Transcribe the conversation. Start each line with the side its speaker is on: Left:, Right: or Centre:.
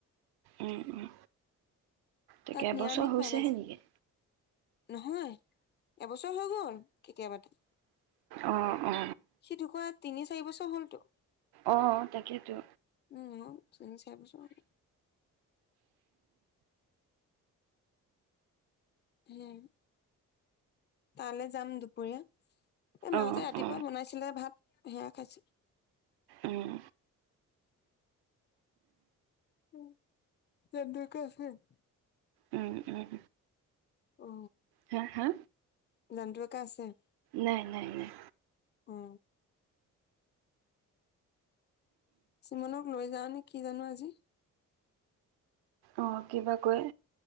Right: উম উম, তাকে
Left: তাত
Right: এবছৰ
Left: নিৰামিষ
Right: হৈছেহে
Left: ভাত আজি
Right: নেকি?
Left: নহয় এবছৰ হৈ গ'ল কেতিয়াবাতে।
Right: অ অ।
Left: সি ঢুকুৱা তিনি চাৰি বছৰ হ'ল তো
Right: অ তাকেইতো।
Left: উম তিনি চাৰি বছৰ হ'ল। উম তালে যাম দুপৰীয়া। এই মাহঁতে
Right: অ
Left: ৰাতিপুৱা
Right: অ
Left: বনাইছিলে ভাত, সেয়া খাইছে।
Right: উম
Left: <unintelligible>
Right: উম উম
Left: অ
Right: হা হা
Left: ৰানদোকা আছে
Right: নাই নাই নাই
Left: অ চুমনক লৈ যাওঁ নে কি জানো আজি
Right: অঁ কিবা কয়